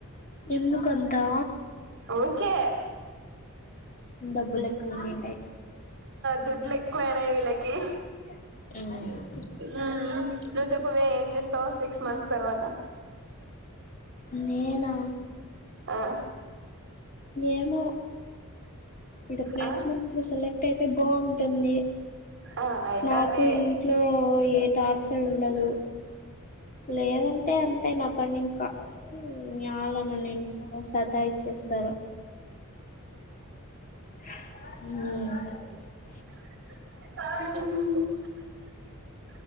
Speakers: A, on the left; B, on the right.
A: ఎందుకంతా
B: ఊకే
A: డబ్బులు ఎక్కువ ఉండింటాయి
B: దుడ్లు <unintelligible> ఎక్కువ అయినాయి వీళ్ళకి
A: హు
B: ఉమ్ నువ్వు చెప్పవే ఏం చేస్తావు సిక్స్ మంత్స్ తర్వాత
A: నేనా
B: ఆ
A: ఏమో ఇడ ప్లేస్మెంట్స్
B: ఆ
A: లో సెలెక్ట్ అయితే బావ్ టుంది
B: ఆ అయితావులే
A: నాకు ఇంట్లో ఏ టార్చర్ ఉండదు లేదంటే అంతే నా పని ఇంకా న్యాల నన్ను ఇంట్లో సతా ఇచ్చేస్తారు హ
B: అ